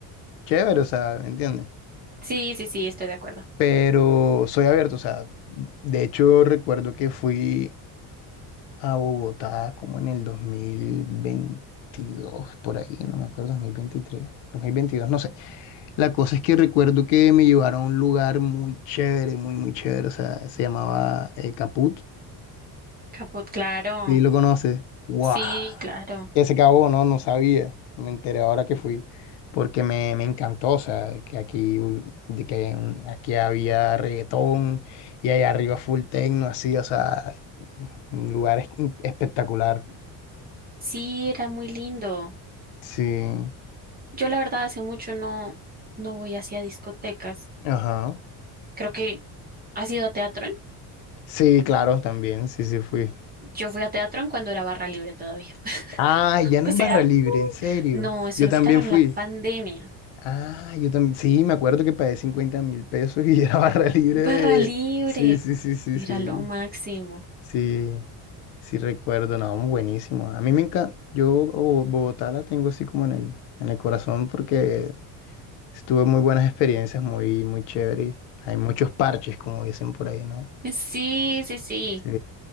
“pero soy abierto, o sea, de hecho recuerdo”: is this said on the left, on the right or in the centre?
Left